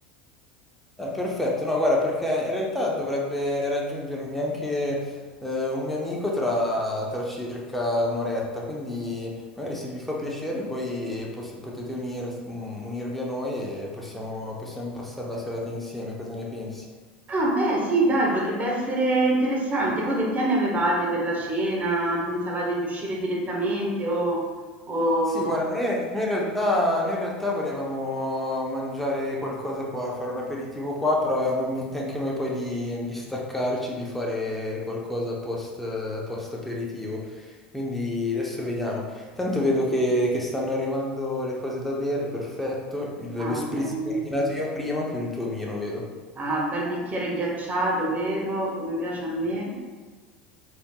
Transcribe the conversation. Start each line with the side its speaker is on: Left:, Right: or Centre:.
Centre: Eh, perfetto, no, guarda, perché in realtà dovrebbe raggiungermi anche eh, un mio amico tra, tra circa un'oretta, quindi magari se vi fa piacere poi poss- potete unir- un- unirvi a noi e possiamo, possiamo passare la serata insieme, cosa ne pensi?
Right: Ah, beh, sì, dai, potrebbe essere interessante. Voi che piani avevate per la cena? Pensavate di uscire direttamente o, o...
Centre: Sì, guarda, noi, noi in realtà, noi in realtà volevamo mangiare qualcosa qua, fare un aperitivo qua, però avevamo in mente anche noi poi di, di staccarci, di fare qualcosa post, post aperitivo. Quindi adesso vediamo. Tanto vedo che, che stanno arrivando le cose da bere, perfetto. Il- lo
Right: Ah,
Centre: spritz
Right: bene.
Centre: che ho ordinato io prima, più il tuo vino, vedo.
Right: Ah, bel bicchiere ghiacciato, vedo, come piace a me.